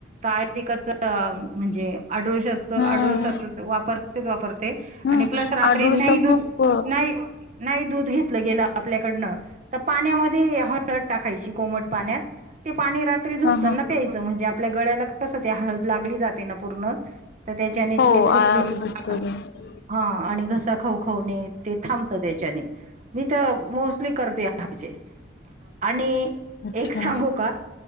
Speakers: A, on the right; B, on the left.
A: की <unintelligible> म्हणजे आदुलश्याचा
B: हम्म
A: अडुळसा वापर वापर
B: हम्म
A: आणि प्लस रात्री
B: आडुळसा
A: नाही दूध
B: खूप
A: नाही नाही दूध घेत गेल आपल्याकडन त् पाण्यामध्ये हळद टाकायची कोमट पाण्यात पाणी रात्री झोपताना
B: हा हा
A: प्यायचं म्हणजे आपल्या गळ्याला कसं ते हळद लागली जाते ना पूर्ण तर त्याच्याने ते
B: हो
A: खूप
B: आराम
A: <unintelligible>
B: भेटतो की.
A: हा आणि घसा खवखवणे ते थांबत त्याच्याने मी तर मोस्टली करते हापाजे आणि
B: अच्छा
A: एक सांगू का